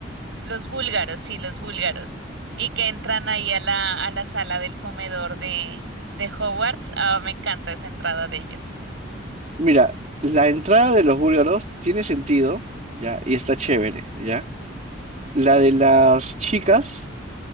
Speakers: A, on the right; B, on the right.
A: Los búlgaros, sí, los búlgaros. Y que entran ahí a la, a la sala del comedor de, de Hogwarts. Ah, me encanta esa entrada de ellos.
B: Mira, la entrada de los búlgaros tiene sentido, ya, y está chévere, ya. La de las chicas,